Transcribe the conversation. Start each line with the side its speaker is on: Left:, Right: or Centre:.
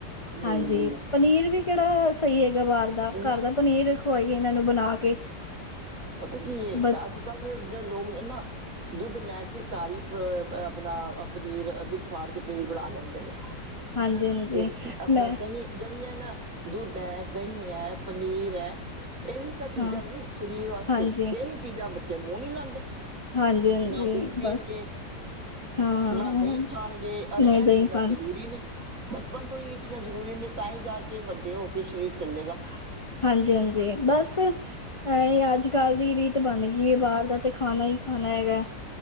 Right: ਹਮ
Left: ਹਾਂਜੀ ਪਨੀਰ ਵੀ ਕਿਹੜਾ ਸਹੀ ਹੈਗਾ ਬਾਹਰ ਦਾ
Right: ਹਮ
Left: ਘਰ ਦਾ ਪਨੀਰ ਖਵਾਈਏ ਇਹਨਾ ਨੂੰ ਬਣਾ ਕੇ
Right: ਪਤਾ ਕੀ ਹੈ।
Left: ਬ
Right: ਅਜ ਕਲ ਦੇ ਜਿਹੜੇ ਲੋਕ ਨੇ ਨਾ ਦੁੱਧ ਲੈ ਕੇ ਕਾਰੀ ਅ ਆਪਣਾ ਪਨੀਰ ਦੁੱਧ ਫੜ ਕੇ ਪਨੀਰ ਬਣਾ ਲੈਦੇ ਨੇ
Left: ਹਾਂਜੀ-ਹਾਂਜੀ,
Right: ਤੇ ਅੱਧਾ
Left: ਮੈਂ
Right: ਦਹੀ- ਜਿਹੜੀਆਂ ਨਾ ਦੁੱਧ ਹੈ। ਦਹੀ ਹੈ। ਪਨੀਰ ਹੈ। ਇਹੀ ਤਾਂ ਚੀਜ਼ਾਂ
Left: ਹਾਂ,
Right: ਨੇ ਸਰੀਰ ਵਾਸਤੇ
Left: ਹਾਂਜੀ।
Right: ਤੇਹੀ ਚੀਜ਼ਾਂ ਬੱਚੇ ਮੂੰਹ ਨਹੀ ਲਾਉਦੇ
Left: ਹਾਂਜੀ-ਹਾਂਜੀ,
Right: ਨਾ ਦੁੱਧ ਪੀਣਗੇੇ-
Left: ਬਸ ਹਾਂ,
Right: ਨਾ ਦਹੀ ਖਾਣਗੇ ਅ ਇਹ
Left: ਨਹੀਂ ਦਹੀਂ
Right: ਚੀਜ਼ਾ
Left: ਖਾਣ
Right: ਜਰੂਰੀ ਨੇ ਬਚਪਨ ਤੋਂ ਈ ਏ ਚੀਜ਼ਾਂ ਜ਼ਰੂਰੀ ਨੇ। ਤਾਂ ਈ ਜਾ ਕੇ ਵੱਡੇ ਹੋ ਕੇ ਸਰੀਰ ਚੱਲੇਗਾ।
Left: ਹਾਂਜੀ- ਹਾਂਜੀ ਬਸ। ਹੈ ਏ ਅੱਜ ਕੱਲ੍ਹ ਦੀ ਰੀਤ ਬਣ ਗਈ ਏ ਬਾਰ ਦਾ ਤੇ ਖਾਣਾ ਈ ਖਾਣਾ ਹੈਗਾ।